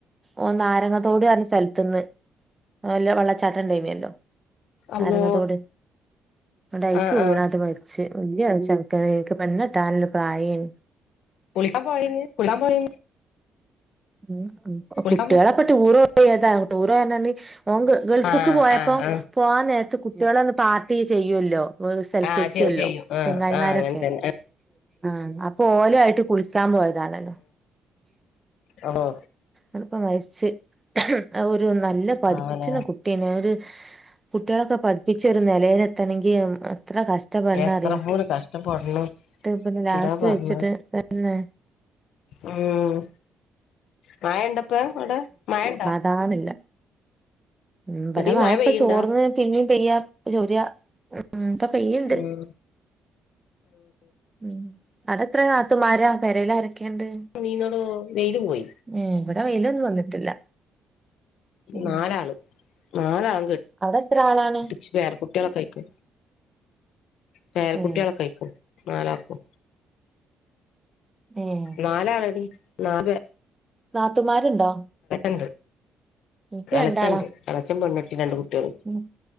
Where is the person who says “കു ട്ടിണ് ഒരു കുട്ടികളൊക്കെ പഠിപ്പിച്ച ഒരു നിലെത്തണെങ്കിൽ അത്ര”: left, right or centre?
Right